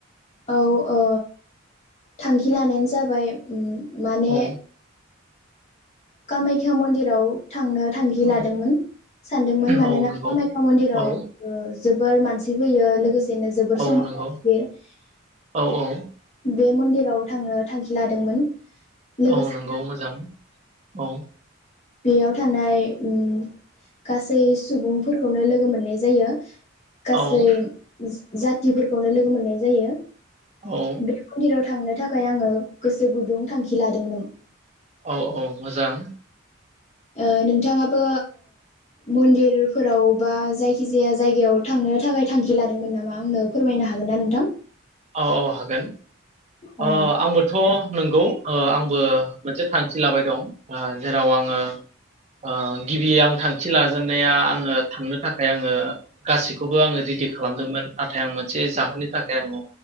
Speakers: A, on the left; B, on the right.
A: औ ओ थांखि लानायानो जाबाय उम माने
B: औ
A: कामायख्या मन्दिराव थांनो थांखि लादोंमोन
B: औ
A: सानदोंमोन मानोना
B: औ नंगौ
A: कामायख्या मन्दिराव
B: औ
A: ओ जोबोर मानसि फैयो लोगोसे नो जोबोर
B: औ नंगौ
A: <unintelligible>
B: औ औ
A: बेे मनदिर राव थांनो थांखि लादोंमोन लोगोसे
B: औ नोंगौ मोजां। औ
A: बेयाव थानाय उम गासै सुबुंफोरखौनो लोगो मोननाय जायो।
B: औ
A: गासै जाथिफोरखौनो लोगो मोननाय जायो।
B: औ
A: बे मन्दिराव थांनो थाखाय आङो गोसो गुदुं थांखि लादोंमोन।
B: औ औ मोजां।
A: ओ नोंथाङाबो मन्दिरफोराव बा जायखिजाया जायगायाव थांनो थाखाय थांखि लादोंमोन नामा आंनो फोरमायनो हागोनना नोंथां?
B: औ औ हागोन।
A: औ
B: ओ आंबोथ नंगौ ओ आंबो मोनसे थांखि लाबाय दं। ओ जेराव आङो ओ गिबि आं थांखि लाजेननाया आङो थांनो थाखाय आङो गासैखौबो आङो रेडि खालामदोंमोन नाथाय आं मोनसे जाहोननि थाखाय आङो